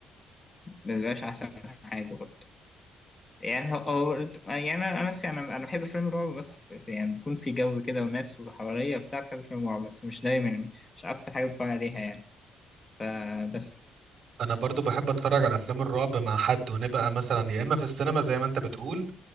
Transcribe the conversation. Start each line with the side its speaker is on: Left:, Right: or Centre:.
Left: مبيبقاش أحسن حاجة برضه يعني هو هو- يعني أنا أنا يعني أنا أنا بحب فيلم الرعب بس في... في- يعني بيكون في جو كده وناس وحواليا وبتاع بحب فيلم الرعب بس مش دايما مش أكتر حاجة بتفرج عليها يعني آه، بس
Right: انا برضو بحب اتفرج على افلام الرعب مع حد ونبقى مثلا يا اما في السينما زي ما انت بتقول